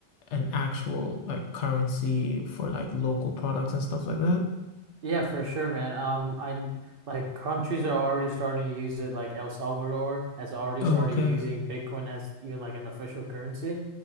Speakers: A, on the left; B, on the right.
A: an actual like currency for like local products and stuff like that?
B: yeah, for sure, man. Um, I like countries are already starting to use it, like El Salvador has already
A: Oh,
B: started
A: okay.
B: using Bitcoin as even like an official currency.